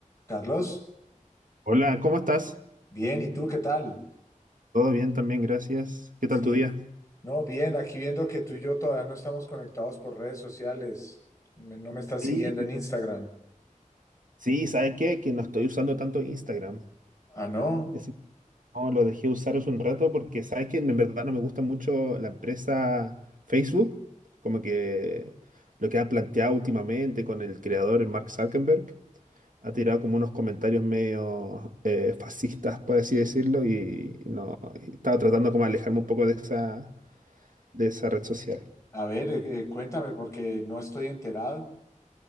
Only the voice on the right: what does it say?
Hola, ¿cómo estás?
Todo bien también, gracias. ¿Qué
tal tu día?
Sí,
sí, ¿sabes qué? Que no estoy usando tanto Instagram.
Es decir, no, lo dejé usar hace un rato porque sabes que en verdad no me gusta mucho la empresa Facebook, como que lo que han planteado últimamente con el creador el Mark Zuckerberg. Ha tirado como unos comentarios medio eh, fascistas, por así decirlo, y no, y estaba tratando como de alejarme un poco de esa, de esa red social.